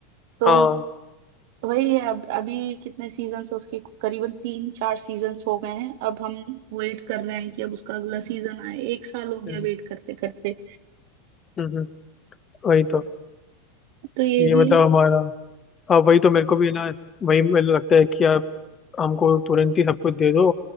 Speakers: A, on the right; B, on the left.
A: तो
B: हाँ
A: वही है अब अभी कितने सीजन्स है उसके करीबन तीन चार सीजन्स हो गए हैं अब हम वेट कर रहे हैं कि अब उसका अगला सीजन आए एक साल हो गया
B: हम्म,
A: वेट करते करते
B: हम्म, हम्म, वही तो
A: तो ये
B: ये
A: भी
B: मतलब हमारा हाँ वही तो मेरे को भी ना वही मुझे लगता है कि यार हमको तुरंत ही सब कुछ दे दो